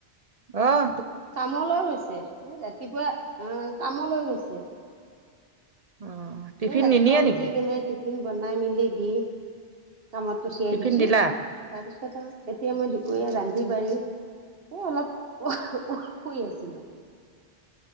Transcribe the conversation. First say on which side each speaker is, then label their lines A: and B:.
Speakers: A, on the right; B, on the right.
A: অহ।
B: কামলৈ গৈছে, ৰাতিপুৱা অ কামলৈ গৈছে।
A: অ টিফিন
B: এ ৰাতিপুৱা
A: নিনিয়ে নেকি
B: উঠি কেনে টিফিন বনাই মেলি দি, কামত পঠিয়াই
A: টিফিন
B: দিছো।
A: দিলা
B: তাৰপিছত আৰু এতিয়া মই দুপৰীয়া ৰান্ধি বাঢ়ি, এ অলপ শুই আছিলো।